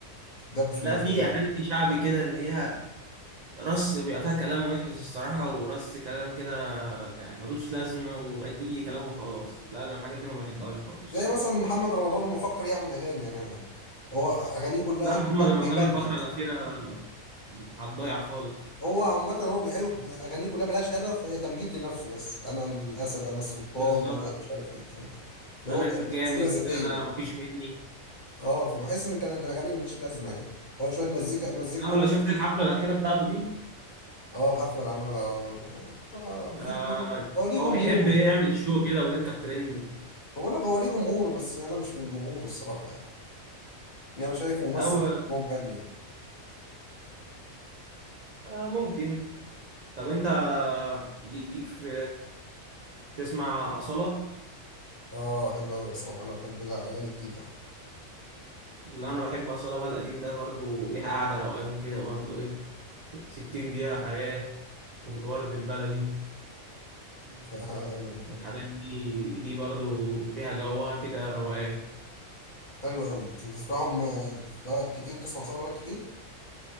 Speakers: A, on the left; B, on the right.
A: دب في
B: لا
A: المزيكا
B: في أغاني شعبي كده إن هي رص بيبقى فيها كلام وحش الصراحة ورص كلام كده يعني ملوش لازمة وأي كلام وخلاص لا أنا الحاجات دي ما بحبهاش برضه الصراحة
A: زي مثلا محمد رمضان لما فكر يعمل اغاني انا هو اغانيه كلها
B: لا محمد
A: بيمج-
B: رمضان
A: بيمجد
B: الفترة الأخيرة على الضايع خالص
A: هو عامة هو بيحب أغانيه كلها ملهاش هدف هي تمجيد لنفسه بس أنا الأسد أنا السلطان
B: بالظبط
A: أنا مش عارف إيه تمام اللي
B: انا
A: هو بيحكي
B: الجامد
A: سيرة ذاتية
B: انا مفيش مني
A: أه فبحس إن كان الأغاني مليش لازمة يعني هو شوية مزيكا مزيكته
B: لا ولا
A: بس
B: شفت الحفله الاخيره بتاعته دي
A: أه الحفلة اللي عملها أه آه،
B: ده
A: في هو هو ليه
B: هو
A: جمهوره
B: بيحب يعمل شو كده ويركب ترند
A: بقول لك هو ليه جمهوره بس أنا مش من جمهوره الصراحة يعني يعني أنا شايف ممثل
B: لا هو
A: هو مغني يعني
B: آه، ممكن طب انت ليك في تسمع اصاله
A: أه حلو أوي يا صالح أنا بحب الأغاني كتير أوي
B: اللي انا بحب اصاله بقى القديم ده برضو ليها قعده روقان كده برضو ايه 60 دقيقه حياه والورد البلدي
A: <laughs> ده- ده- ده-
B: من الحاجات دي دي برضو ليها جوها كده روقان
A: <laughs> حلو أوي أنت بتسمعهم آه، بقالك كتير بتسمع صالح بقالك كتير